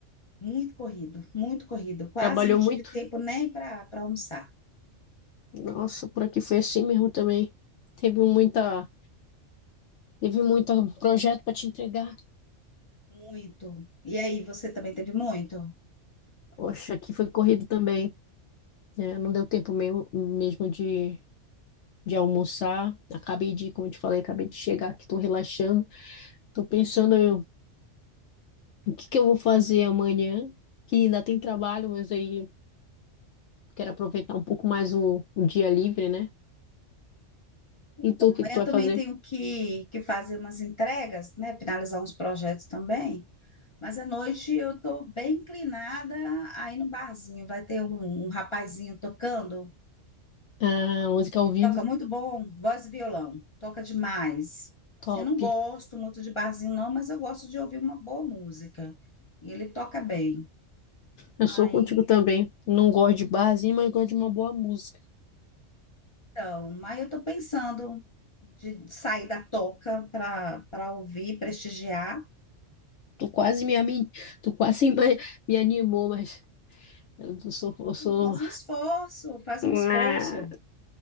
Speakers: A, on the left; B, on the left.
A: Muito corrido, muito corrido. Quase
B: Trabalhou
A: não tive
B: muito?
A: tempo nem para para almoçar.
B: Nossa, por aqui foi assim mesmo também. Teve muita, teve muito projeto para te entregar.
A: Muito. E aí, você também teve muito?
B: Oxe, aqui foi corrido também. né? não deu tempo mesmo, mesmo de, de almoçar. Acabei de, como eu te falei, acabei de chegar aqui, estou relaxando. Estou pensando eu, o que que eu vou fazer amanhã, que ainda tem trabalho, mas aí eu quero aproveitar um pouco mais o, o dia livre, né?
A: Então,
B: E tu, o
A: amanhã
B: que que tu vai
A: também
B: fazer?
A: tenho que, que fazer umas entregas, né? Finalizar uns projetos também. Mas à noite eu estou bem inclinada aí no barzinho. Vai ter um, um rapazinho tocando
B: Ah, música ao vivo,
A: Toca muito bom, voz e violão. Toca demais.
B: top.
A: Assim, não gosto muito de barzinho, não, mas eu gosto de ouvir uma boa música. E ele toca bem.
B: Eu sou
A: Aí,
B: contigo também. Não gosto de barzinho, mas gosto de uma boa música.
A: então, aí eu tô pensando de sair da toca para para ouvir, prestigiar.
B: Tu quase me, ami- tu quase <laughs> me, me animou, mas eu tô- sou, eu sou.
A: Faz um esforço, faz
B: Ah,
A: um esforço.